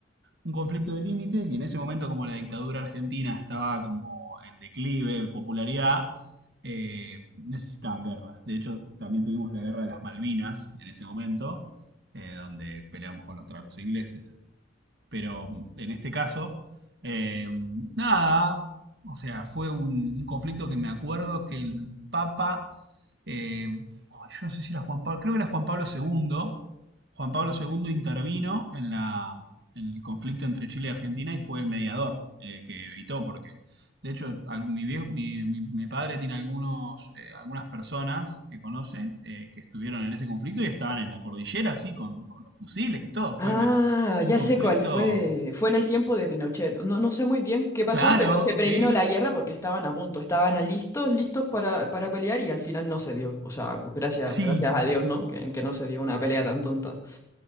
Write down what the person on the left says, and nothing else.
Ah,
ya
sé cuál fue. Fue en el tiempo de Pinochet. No, no sé muy bien qué pasó,
pero se previno
la guerra porque estaban a punto, estaban a listos, listos para, para pelear y al final no se dio. O sea, pues gracias,
gracias
a Dios, ¿no? Que, que no se dio una pelea tan tonta.